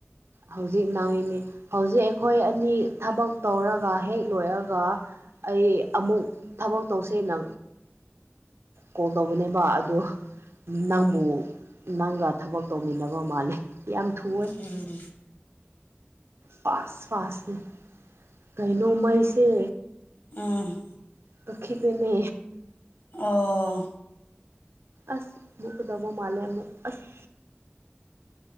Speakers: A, on the right; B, on the left.
A: ꯍꯧꯖꯤꯛ ꯅꯪꯏꯅꯤ ꯍꯧꯖꯤꯛ ꯑꯩꯈꯣꯏ ꯑꯅꯤ ꯊꯕꯛ ꯇꯧꯔꯒ ꯍꯦꯛ ꯂꯣꯏꯔꯒ ꯑꯩ ꯑꯃꯨꯛ ꯊꯕꯛ ꯇꯧꯁꯦꯅ ꯀꯣꯜ ꯇꯧꯕꯅꯦꯕ ꯑꯣ ꯅꯪꯕꯨ ꯅꯪꯒ ꯊꯕꯛ ꯇꯧꯃꯤꯟꯅꯕ ꯃꯥꯜꯂꯦ ꯌꯥꯝ ꯊꯨꯋ
B: ꯎꯝ
A: ꯐꯥꯁ ꯐꯥꯁ ꯀꯥꯏꯅꯣ ꯃꯥꯏꯁ
B: ꯎꯝ
A: ꯄꯈꯤ ꯄꯅꯦ
B: ꯑꯣ
A: ꯑꯁ ꯃꯛ ꯀꯗꯧꯕꯣ ꯃꯥꯂꯦ ꯃꯛ ꯑꯁ